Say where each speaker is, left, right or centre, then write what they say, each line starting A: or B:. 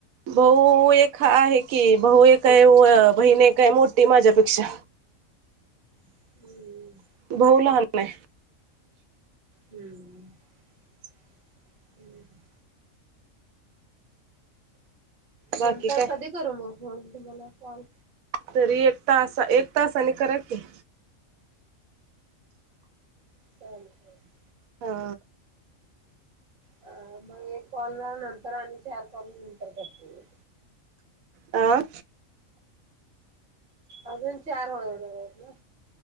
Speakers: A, on the right (about 85°); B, on the right (about 45°).
A: भाऊ एक हा आहे की भाऊ एक आहे वय बहीण एक हाय मोठी माझ्यापेक्षा
B: हम्म. हम्म.
A: भाऊ लहान आहे.
B: हम्म. <unintelligible>
A: बाकी
B: नंतर
A: काय
B: कधी करू मग फोन तुम्हाला कॉल?
A: तरी एक तासा एक तासाने करा की.
B: चालेल होय.
A: हा.
B: हा मग एक कॉल न नंतर आणि चार कॉल नंतर करते.
A: आं
B: अजून चार <unintelligible> आहेत ना.